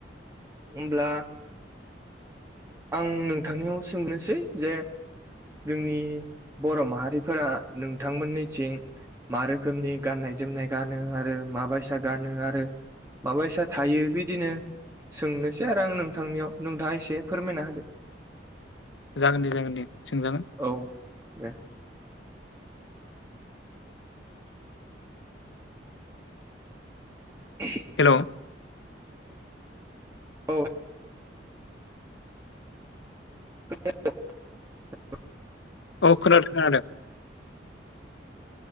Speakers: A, on the right; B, on the left.
A: होनब्ला। आं नोंथांनियाव सोंग्रोनोसै जे जोंनि बर माहारिफोरा नोंथांमोननिथिं। मा रोखोमनि गाननाय जोमनाय गानो आरो माबायसा गानो आरो। माबायसा थायो बिदिनो सोंनोसै आरो आं नोंथांनियाव नोंथाङा एसे। फोरमायना होदो।
B: जागोन दे जागोन दे सोंजागोन।
A: औ दे। <unintelligible>
B: हेल'
A: औ <unintelligible>
B: अ खोनादों खोनादों